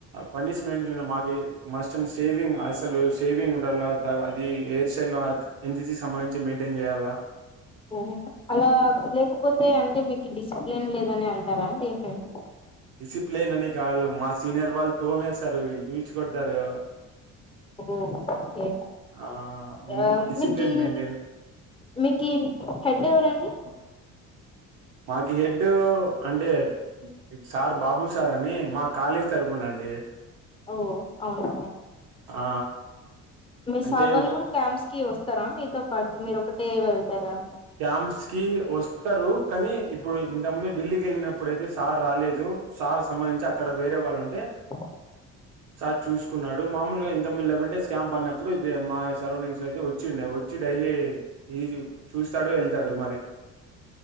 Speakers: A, on the right (about 90°); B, on the left (about 15°).
A: పనిష్మెంట్స్ మాకి, మస్ట్ అన్ సేవింగ్ అసలు, షేవింగ్ ఉండాల. <inaudible> అది హెయిర్ స్టైల్ హాక్, ఎన్ సీ సీ సంబంధించి మెయింటైన్ జేయాలా.
B: ఉహు అలా లేకపోతే, అంటే మీకి డిసిప్లిన్ లేదని అంటారా అండి. <unintelligible>
A: డిసిప్లైన్ అని కాదు, మా సీనియర్ వాళ్ళు తోమేస్తారు, ఈడ్చి కొడతారు.
B: ఓ ఓకే.
A: ఆహ్, ఉన్
B: ఆ
A: డిసిప్లిన్
B: మీకి,
A: మెయింటైన్
B: మీకి హెడ్ ఎవరండి.
A: మాకీ హెడ్ అంటే, సార్ బాబు సార్ అని మా కాలేజీ తరుపునండ్ దే.
B: ఓ అవునా.
A: ఆ.
B: మీ
A: అంటే
B: సార్ వాళ్ళు
A: మ
B: కూడా క్యాంప్స్ కి వస్తారా మీతో పాటు, మీరు ఒకటే వెళ్తారా.
A: క్యాంప్స్ కి ఓస్తారు, కానీ ఇప్పుడు ఇంత ముందు ఢిల్లీకి ఎళ్ళినప్పుడయితే సార్ రాలేదు. సార్ సంబంధించి, అక్కడ వేరే వాళ్ళు ఉంటే,
B: <inaudible>
A: సార్ చూసుకున్నాడు. మామూలుగా ఇంతకు ముందు లేవెన్ క్యాంపు అన్నప్పుడు, ఇదే మాయి సరౌండింగ్స్ కి వచ్చిండే, వచ్చి డై <unintelligible> చూస్తాడు, వెళ్తాడు మరి.